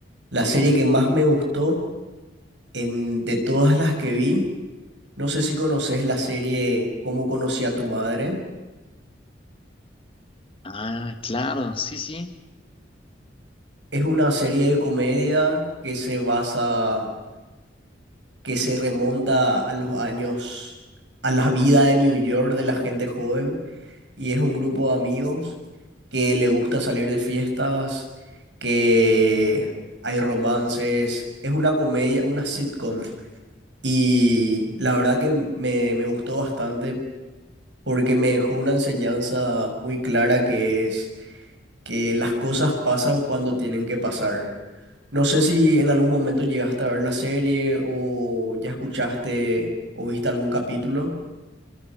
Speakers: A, on the right (about 75°); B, on the left (about 30°).
A: la serie que más me gustó en, de todas las que vi, no sé si conoces la serie Cómo conocí a tu madre.
B: Ah, claro, sí, sí.
A: Es una serie de comedia que se basa, que se remonta a los años, a la vida de New York de la gente joven, y es un grupo de amigos que le gusta salir de fiestas, que hay romances, es una comedia, una sitcom, y la verdad que me, me gustó bastante porque me dejó una enseñanza muy clara que es que las cosas pasan cuando tienen que pasar. No sé si en algún momento llegaste a ver la serie o ya escuchaste o viste algún capítulo.